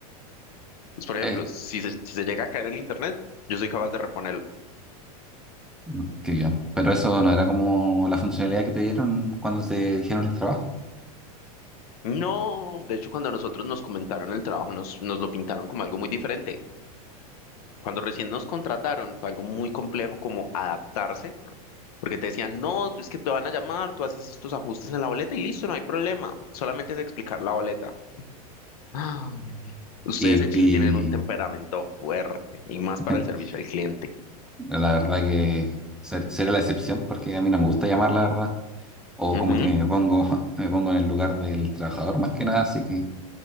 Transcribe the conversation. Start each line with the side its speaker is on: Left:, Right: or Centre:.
Left: Pues, por ejemplo,
Centre: Eh,
Left: si se, si se llega a caer el internet, yo soy capaz de reponerlo.
Centre: mm, qué bien. Pero eso no era como la funcionalidad que te dieron cuando te dijeron el trabajo.
Left: No, de hecho, cuando a nosotros nos comentaron el trabajo, nos, nos lo pintaron como algo muy diferente. Cuando recién nos contrataron, fue algo muy complejo como adaptarse, porque te decían, no, tú es que te van a llamar, tú haces estos ajustes en la boleta y listo, no hay problema, solamente es explicar la boleta. Ah, Ustedes
Centre: Y,
Left: en Chile
Centre: y
Left: tienen un temperamento fuerte y más
Centre: <laughs>
Left: para el servicio al cliente.
Centre: la verdad que ser- sería la excepción porque a mí no me gusta llamar, la verdad. O
Left: Ujú.
Centre: como que me pongo, <laughs> me pongo en el lugar del trabajador más que nada, así que